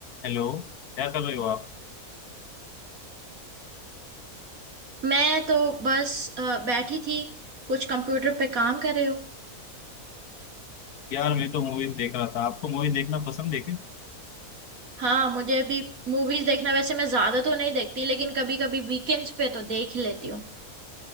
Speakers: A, on the left; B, on the right.
A: हेलो क्या कर रहे हो आप
B: मैं तो बस अ, बैठी थी कुछ कंप्यूटर पे काम कर रही हूँ
A: यार मैं तो मूवीज देख रहा था आपको मूवी देखना पसंद है क्या
B: हाँ मुझे भी मूवीज देखना वैसे मैं ज्यादा तो नहीं देखती लेकिन कभी कभी वीकेंड्स पे तो देख ही लेती हूँ